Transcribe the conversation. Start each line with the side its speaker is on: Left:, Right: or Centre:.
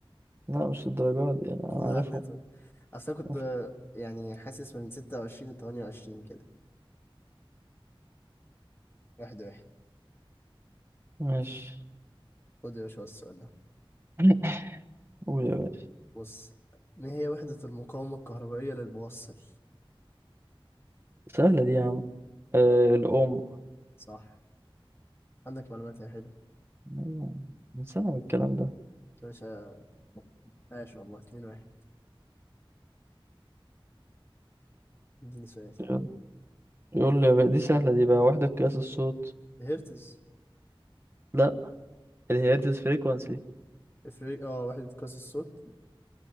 Right: لا مش الدرجات دي أنا
Left: والله
Right: عارفهم
Left: عديتهم اصل أنا كنت
Right: <laughs>
Left: يعني حاسس من 26 ل 28 كده واحد واحد
Right: ماشي
Left: خد يا باشا السؤال ده
Right: <laughs> قول يا باشا
Left: بص ما هي وحدة المقاومة الكهربائية للموصل
Right: سهلة دي يا عم آه الأم
Left: صح عندك معلومات يا حلو
Right: أيوة، من سنة الكلام ده
Left: يا باشا عاش والله 2 واحد اديني سؤال
Right: يلا، يقول لي بقى دي سهلة دي بقى وحدة قياس الصوت
Left: هرتز
Right: لا الهيرتز فريكوانسي
Left: افريق اه وحدة قياس الصوت